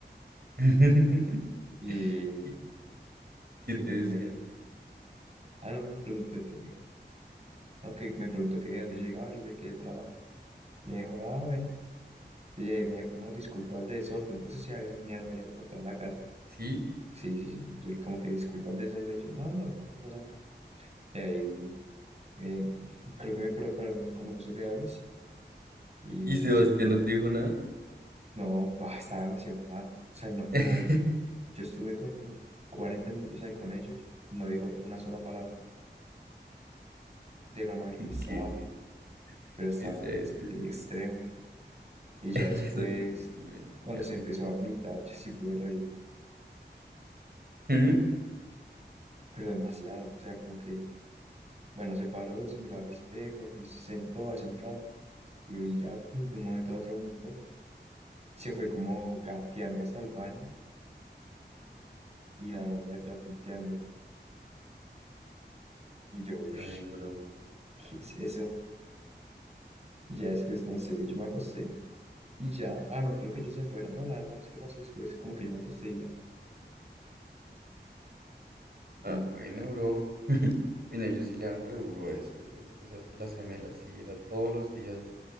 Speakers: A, on the right; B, on the right.
A: <laughs>
B: ¿Y
A: ¿Y qué
B: qué
A: te
B: fue
A: decían?
B: lo que me dijo? Ah, no, me preguntó que, no, que me preguntó que de dónde llegaba, yo le quedé el trabajo. Me dijo, ah, bueno. Sí, me dijo, como disculpa el desorden. Eso sí, había un mierdero por toda la casa.
A: ¿Sí?
B: Sí, sí, sí, como que disculpa el desorden. Y yo, no, normal, no pasa nada. Y ahí eh, creo que me preparamos como unos cereales y
A: ¿Y Sebastián
B: me senté a
A: no
B: comer.
A: te dijo nada?
B: No, pa, estaba demasiado mal. O sea, no, no.
A: <laughs>
B: Yo estuve como 40 minutos ahí con ellos. No dijo una sola palabra de lo mal que estaba,
A: Qué risa.
B: pero estaba
A: Esa gente,
B: sí,
A: sí,
B: extremo.
A: <laughs>
B: Y ya
A: Esa
B: después,
A: gente sí me da mucha
B: cuando se empezó
A: risa.
B: a vomitar, yo sí pude reír,
A: ¿Mm?
B: pero demasiado. O sea, como que, bueno, se paró, se miró al espejo y se sentó hace un rato. Y ya, pum, de un momento a otro vomitó. Se fue como gateando hasta el baño y la novia detrás limpiando. Y yo, uff,
A: Ay, bro.
B: ¿qué es eso? Y ya después, no sé, yo me acosté y ya, ah, no, creo que yo se fuera. No, la verdad, no sé qué pasó después, como que yo me acosté y ya. "Mm,
A: Ah, bueno, bro. Mira, ellos sí le dan re duro a eso. Yo, esas, las gemelas, sí, era todos los días.